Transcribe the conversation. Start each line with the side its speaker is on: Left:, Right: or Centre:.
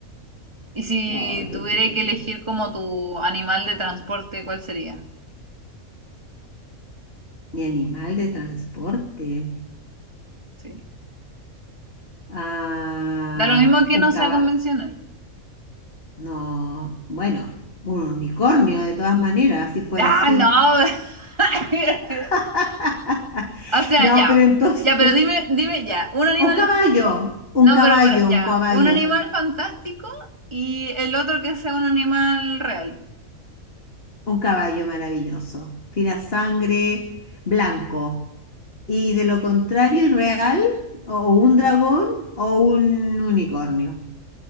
Right: Y si
Left: Oh, qué
Right: tuviera
Left: entretenido.
Right: que elegir como tu animal de transporte, ¿cuál sería?
Left: Mi animal de transporte.
Right: Sí.
Left: Ah,
Right: Da lo mismo que
Left: un
Right: no
Left: caballo.
Right: sea convencional.
Left: No, bueno, un unicornio de todas maneras, si fuera
Right: Ah,
Left: así.
Right: no. <laughs>
Left: <laughs>
Right: O sea,
Left: No,
Right: ya,
Left: pero entonces.
Right: ya, pero dime, dime ya,
Left: <laughs>
Right: un animal,
Left: Un caballo,
Right: no,
Left: un caballo,
Right: pero, pero, ya,
Left: un caballo,
Right: un animal fantástico y el otro que sea un animal real,
Left: un caballo maravilloso. Tira sangre, blanco. Y de lo contrario, irreal, o un dragón o un unicornio,